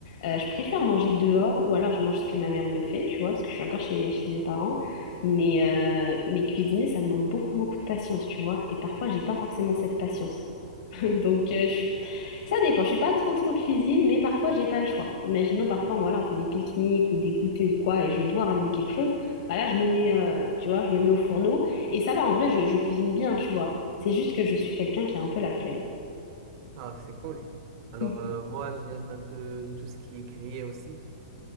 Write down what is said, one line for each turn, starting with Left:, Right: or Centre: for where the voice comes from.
Left: Euh, je préfère manger dehors ou alors je mange ce que ma mère me fait, tu vois, parce que je suis encore chez, chez mes parents. Mais, euh, mais cuisiner, ça demande beaucoup, beaucoup de patience, tu vois. Et parfois, j'ai pas forcément cette patience. <laughs> Donc, euh, je suis ça dépend, je suis pas trop trop cuisine, mais parfois j'ai pas le choix. Imaginons parfois on, voilà, on fait des pique-niques ou des goûters ou quoi et je dois ramener quelque chose. Bah là je me mets euh, tu vois, je me mets au fourneau et ça va en vrai je, je cuisine bien, tu vois. C'est juste que je suis quelqu'un qui a un peu la flemme.
Right: Ah, c'est cool. Alors,
Left: Mhm.
Right: euh, moi, j'aime un peu tout ce qui est grillé aussi.